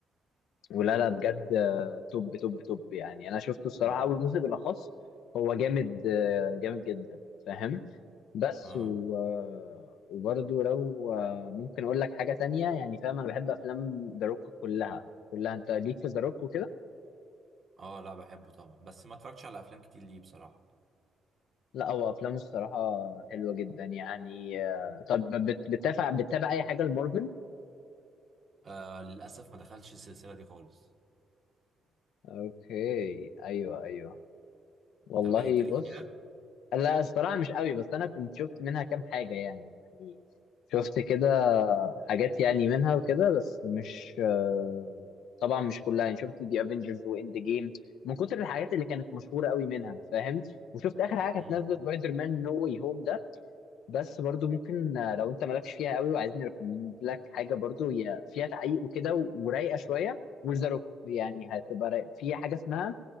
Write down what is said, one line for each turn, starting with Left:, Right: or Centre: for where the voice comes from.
Left: ولا لا بجد آه، توب توب توب يعني أنا شفته الصراحة
Right: مم.
Left: أول جزء بالأخص هو جامد آه، جامد جدا فاهم بس
Right: اه
Left: و... آه، وبرضه لو آه، ممكن أقول لك حاجة تانية يعني فاهم أنا بحب أفلام ذا روك كلها كلها أنت ليك في ذا روك وكده؟
Right: اه لا بحبه طبعا بس ما اتفرجتش على افلام كتير ليه بصراحه
Left: لا هو أفلامه الصراحة حلوة جدا يعني آه،
Right: مم.
Left: طب بت- بتتابع بتتابع أي حاجة لمارفل؟
Right: آه للاسف ما دخلتش السلسله دي خالص
Left: أوكي أيوه أيوه والله
Right: طب ايه انت ليك
Left: بص
Right: فيها
Left: لا الصراحة مش قوي بس أنا كنت شفت منها كام حاجة يعني يعني شفت كده حاجات يعني منها وكده بس مش آه، طبعا مش كلها يعني شفت دي افنجرز واند جيم من كتر الحاجات اللي كانت مشهورة قوي منها فاهم وشفت آخر حاجة كانت
Right: مم.
Left: نازلة سبايدر مان نو واي هوم ده بس برضو ممكن آه، لو أنت مالكش فيها قوي وعايزين نريكومند لك حاجة برضو هي فيها تعقيق وكده و- ورايقة شوية وذا روك يعني هتبقى رايقة. في حاجة اسمها